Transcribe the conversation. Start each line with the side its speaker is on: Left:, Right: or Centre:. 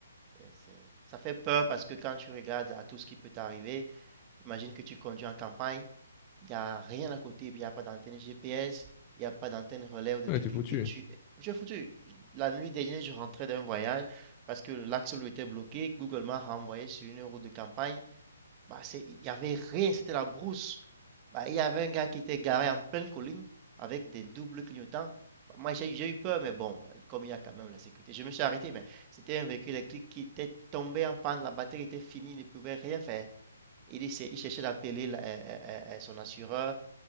Right: C'est, c'est- Ça fait peur parce que quand tu regardes à tout ce qui peut t'arriver, imagine que tu conduis en campagne. Il n'y a rien à côté, puis il n'y a pas d'antenne GPS, il n'y a pas d'antenne relais ou de
Left: Ouais,
Right: trucs
Left: t'es foutu.
Right: et que tu... Tu es foutu. La nuit dernière, je rentrais d'un voyage parce que l'axe lui était bloqué. Google m'a renvoyé sur une route de campagne. Bah, c'est... Il n'y avait rien, c'était la brousse. Bah, il y avait un gars qui était garé en pleine colline avec des doubles clignotants. Bah, moi, j'ai j'ai eu peur, mais bon, bah, comme il y a quand même la sécurité, je me suis arrêté, mais c'était un véhicule électrique qui était tombé en panne, la batterie était finie, il ne pouvait rien faire. Il, essaie- il cherchait d'appeler la- euh, euh, euh, son assureur,